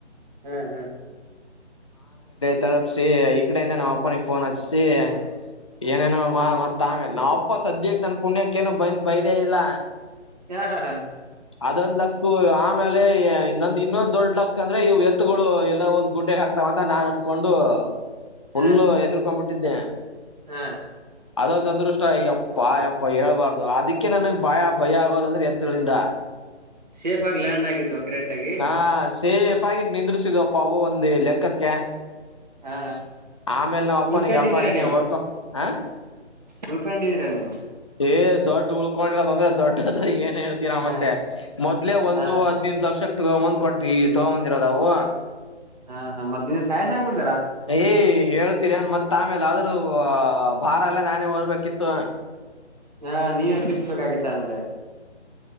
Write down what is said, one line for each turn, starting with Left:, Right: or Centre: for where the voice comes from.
Right: ಹ್ಮ್ ಹ್ಮ್
Left: ತಲುಪಸಿ ಈ ಕಡೆಯಿಂದ ನಮ್ಮ್ ಅಪ್ಪನಿಗೆ ಫೋನ್ ಹಚ್ರೀಸಿಏನೇನೋ ನಮ್ಮ ಮತ್ತ ತ್ತಮೇಲೆ ನಾವ ಅಪ್ಪ ಸದ್ಯಕ್ಕೆ ನನ್ ಪುಣ್ಯಕ್ಕೇನು ಬಂದ್ ಬೈ್ದೇ ಇಲ್ಲ
Right: ಹಾ ಹ ಹಾ
Left: ಅದೊಂದ್ ಲಕ್ಕ ಆಮೇಲೆ ಇಂದ್ ಇನ್ನೊಂದ್ ದೊಡ್ ಲಕ್ ಅಂದ್ರೆ ಇವು ಎತ್ತುಗಳು ಎಲ್ಲ ಒಂದ ಗುಡ್ಡೆಗ್ ಹಾಕ್ ಅಂತ ನಾ ಅನ್ಕೊಂಡು ಫುಲ್ಲು
Right: ಹಾ
Left: ಎದರ್ಕೊಂಡ್ಬಿಟ್ಟಿದ್ದೆ
Right: ಹಾ
Left: ಅದೊಂದು ಅದೃಷ್ಟ್ಯಪ್ಪ ಅಯ್ಯಪ್ಪ ಹೇಳ್ಬಾರ್ದು ಅದಕ್ಕೆ ನನಗ್ ಭಯ ಭಯ ಆಗೋದ ಅಂದ್ರೆ ಎತ್ಗಳಿಂದ
Right: ಸೇಫ್ ಆಗಿ ಯಾಂಡ್ ಆಗಿದ್ದು ಕರೆಕ್ಟ್ ಆಗಿ
Left: ಹಾ ಸೇಫ್ ಆಗ ನಿಂದ್ರಸಿದ್ಪ್ಅವು ಒಂದು ಲೆಕ್ಕಕ್ಕೆ
Right: ಹಾ
Left: ಆಮೇಲೆ ನಾವ್ ಅಪ್ಪನಿಗೆ
Right: ಉಳ್ಕೊಂಡಿದ್ದೀರಾ
Left: ಅಪ್ಪ ನೀನೇ
Right: ನೀವು
Left: ಓಡ್ಕೊ ಹ
Right: ಉಳ್ಕೊಂಡಿದ್ದೀರಾ ನೀವು
Left: ಏ ದೊಡ್ ಉಳ್ಕೊಂಡ್ರ ತೊಂದ್ರೆ ದೊಡ್ಡದ ಏ ಹೇಳ್ತೀರ
Right: ಹ
Left: ಮತ್ತೆ ಮೊದ್ಲೆ ಒಂದು
Right: ಹಾ
Left: ಹದ್ನೈದು್ ಲಕ್ಷಕ್ಕ ತಗೊಂಬಂದ್ ಕೊಟ್ಟ ಈ ತಗೊಂಬಂದಿರೋದಾವು
Right: ಹಾ ಹಾ ಮತ್ತ ಸಾಯ್ ಆಗ್ಬಡ್
Left: ಯ ಹೇಳ್ತೀರನ್ ಮತ್ತೆ ತಮೇಲೆ ಆದ್ರೂ ಭಾರ ಎಲ್ಲ ನಾನೇ ಹೊರ್ಬೇಕಿತ್ತು
Right: ಹಾ ನೀವೇ ತಿಸಬೇಕಾಗಿತ್ತ ಆಮೇಲೆ